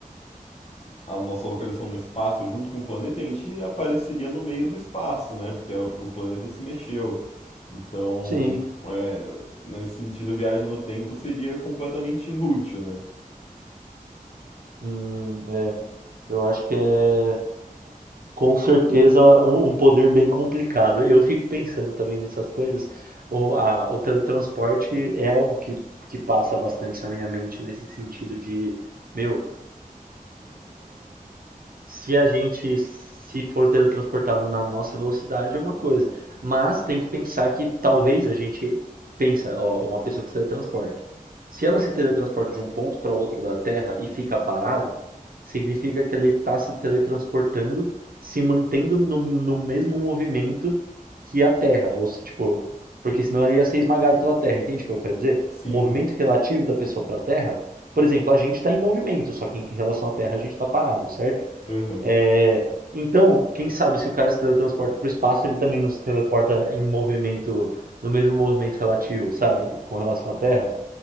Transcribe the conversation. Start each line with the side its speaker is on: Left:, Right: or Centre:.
Left: a nossa localização no espaço junto com o planeta, a gente apareceria no meio do espaço, né? Porque a- o planeta se mexeu. Então,
Right: sim.
Left: é, nesse sentido, a viagem no tempo seria completamente inútil, né?
Right: Hum, é. Eu acho que é. Com certeza um um poder bem complicado. Eu fico pensando também nessas coisas. O, a- o teletransporte é algo que, que passa bastante na minha mente nesse sentido de, meu, se a gente se for teletransportado na nossa velocidade é uma coisa, mas tem que pensar que talvez a gente pensa, ó, uma pessoa que se teletransporta. Se ela se teletransporta de um ponto para outro da Terra e fica parada, significa que ela está se teletransportando, se mantendo no, no mesmo movimento que a Terra, ou se tipo, porque senão ela ia ser esmagada pela Terra, entende o que eu quero dizer?
Left: Sim,
Right: O movimento relativo da pessoa para a Terra, por exemplo, a gente está em movimento, só que em relação à Terra a gente está parado, certo?
Left: aham,
Right: É, então, quem sabe se o cara se teletransporta para o espaço, ele também não se teleporta em movimento, no mesmo movimento relativo, sabe? Com relação à Terra.